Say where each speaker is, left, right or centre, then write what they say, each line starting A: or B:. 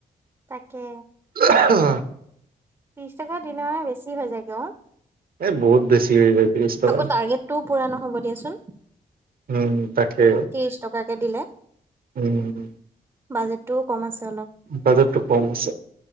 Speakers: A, on the right; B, on the right.
A: তাকে।
B: ৱা হ।
A: ত্ৰিছ টকা দিনৱে বেছি হৈ যায়গে অঁ।
B: এ বহুত বেছি হৈ যায় ত্ৰিশ টকা
A: আকৌ টাৰ্গেটটো পুৰা নহ'ব দিয়াচোন।
B: উম উ উ তাকে,
A: ত্ৰিশ টকাকে দিলে
B: উম উ উ
A: বাজেটটোও কম আছে অলপ।
B: বাজেটটো কম আছে।